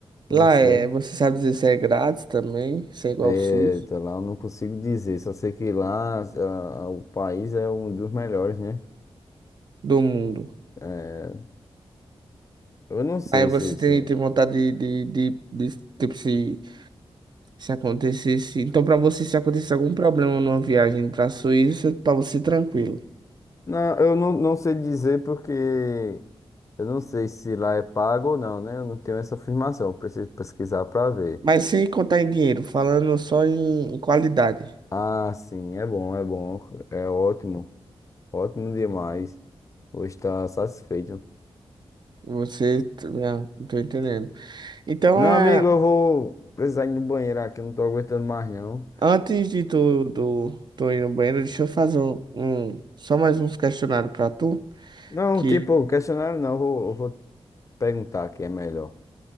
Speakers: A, on the left; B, on the right.
A: não
B: Lá
A: sei.
B: é, você sabe dizer se é grátis também, se é igual
A: É,
B: ao SUS
A: tá lá, eu não consigo dizer, só sei que lá a- o país é um dos melhores, né?
B: do mundo.
A: É, eu não sei
B: Aí você
A: se, se...
B: tem, tem vontade de, de, de, de, tipo, se, se acontecesse. Então, pra você, se acontecesse algum problema numa viagem pra Suíça, pra você tranquilo.
A: Não, eu não, não sei dizer porque eu não sei se lá é pago ou não, né? Eu não tenho essa afirmação, eu preciso pesquisar pra ver.
B: Mas sem contar em dinheiro, falando só em, em qualidade.
A: Ah, sim, é bom, é bom, é ótimo, ótimo demais. Vou estar satisfeito.
B: Você, t- ah, não tô entendendo. Então,
A: Meu
B: é,
A: amigo, eu vou precisar ir no banheiro aqui, eu não tô aguentando mais não.
B: antes de tu, do, tu ir no banheiro, deixa eu fazer um, um- só mais uns questionários pra tu.
A: Não,
B: Que,
A: tipo, questionário não, eu vou, eu vou perguntar aqui, é melhor.